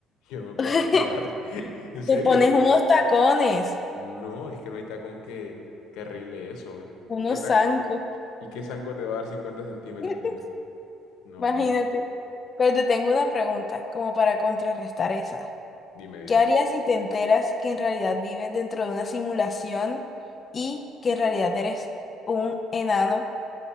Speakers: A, on the left (about 80°); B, on the left (about 30°).
A: yo no me puedo
B: <laughs>
A: estirar. <laughs> En serio,
B: Te pones unos tacones,
A: No, es que no hay tacón que, que arregle eso, ve.
B: unos
A: ¿Qué ta-
B: zancos.
A: ¿Y qué zanco te va a dar 50 centímetros?
B: <laughs>
A: Dime. No,
B: Imagínate.
A: ni.
B: Pero te tengo una pregunta, como para contrarrestar esa.
A: Dime, dime.
B: ¿Qué harías si te enteras que en realidad vives dentro de una simulación y que en realidad eres un enano